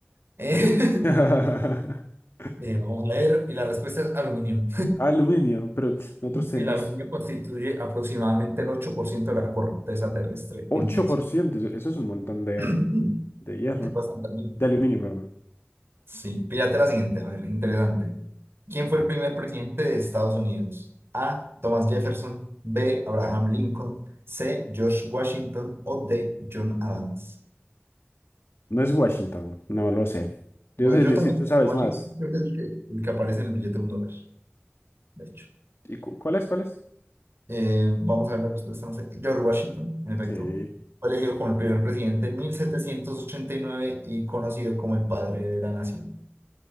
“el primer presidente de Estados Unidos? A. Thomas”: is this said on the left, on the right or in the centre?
Right